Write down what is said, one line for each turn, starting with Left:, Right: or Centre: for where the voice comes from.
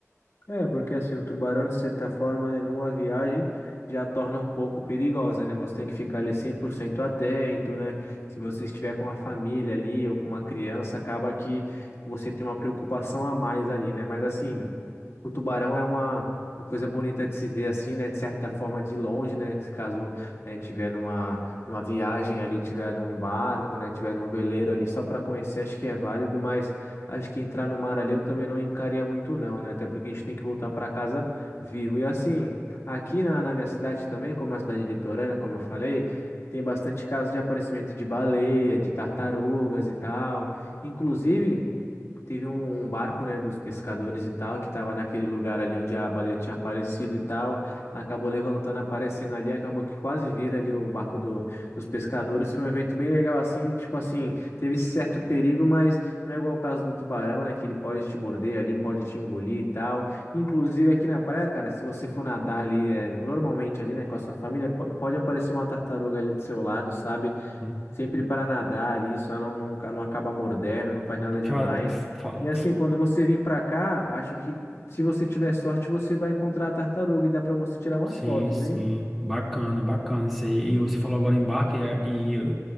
Left: É, porque assim, o tubarão, de certa forma, né, numa viagem já torna um pouco perigosa, né? Você tem que ficar ali 100% atento, né? Se você estiver com a família ali ou com uma criança, acaba que você tem uma preocupação a mais ali, né? Mas assim. O tubarão é uma, uma coisa bonita de se ver assim, né? De certa forma, de longe, né? Se caso, né, tiver numa, numa viagem ali, tiver num barco, né? Tiver num veleiro ali, só para conhecer, acho que é válido, mas acho que entrar no mar ali eu também não encaria muito, não, né? Até porque a gente tem que voltar para casa vivo. E assim, aqui na, na minha cidade também, como é uma cidade litorânea, como eu falei. Tem bastante casos de aparecimento de baleia, de tartarugas e tal. Inclusive, Teve um um barco, né, dos pescadores e tal, que tava naquele lugar ali onde a baleia tinha aparecido e tal. Ela acabou levantando, aparecendo ali, acabou que quase vira ali o barco do, dos pescadores. Foi um evento bem legal assim, tipo assim, teve esse certo perigo, mas não é igual o caso do tubarão, né, que ele pode te morder ali, pode te engolir e tal. Inclusive aqui na praia, cara, se você for nadar ali, é, normalmente ali, né, com a sua família, po- pode aparecer uma tartaruga ali do seu lado, sabe?
Centre: Hum.
Left: sempre para nadar ali, só não, não, não acaba mordendo, não faz nada demais.
Centre: Cara, fala,
Left: E assim, quando você vir para cá, acho que se você tiver sorte, você vai encontrar a tartaruga e dá para você tirar umas
Centre: Sim,
Left: fotos,
Centre: sim,
Left: hein?
Centre: bacana, bacana isso aí. E você falou agora em barco, e, e eu